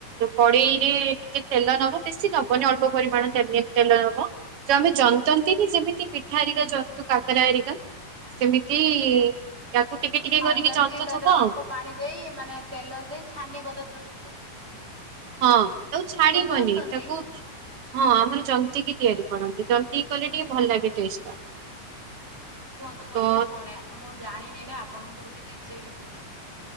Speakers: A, on the right (about 60°); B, on the right (about 15°).
A: କଡେଇରେ ଟିକେ ତେଲ ନବ ବେଶି ନବନି ଅଳ୍ପ ପରିମାଣରେ <unintelligible> ହବ। ଆମେ ଜନ୍ତନ୍ତି କି ଯେମିତି ପିଠା ଆରିକା ଜନ୍ତୁ। କାକରା ଆରିକା ସେମିତି ୟାକୁ ଟିକେ ଟିକେ
B: ହଁ
A: କରିକି
B: ଯେମିତି
A: ଜନ୍ତୁ
B: ତା
A: ଥିବ
B: ଦେହରେ ଅଳ୍ପ
A: ଆଉ।
B: ପାଣି ଦେଇ ମାନେ ତେଲ ଦେଇ ଛାନି ବଦ ଛୋଟ ଛୋଟ ହୁଁ
A: ହଁ ତାକୁ ଛାଡ଼ିବନି
B: ଆପଣ ଜନ୍ତନ୍ତି?
A: ତାକୁ ହଁ ଆମର ଜନ୍ତିକି ତିଆରି କରନ୍ତି, ଜନ୍ତିକି ତିଆରି କଲେ ଟିକେ ଭଲଲାଗେ ଟେଷ୍ଟ ଟା।
B: କୁହନ୍ତୁ ମୁଁ
A: ତ
B: ଟିକେ ଶୁଣେ ମୁଁ ଜାଣିନି ନା ଆପଣଙ୍କଠୁ ଗୋଟେ ଜିନିଷ ବି ଶିଖିଯିବି।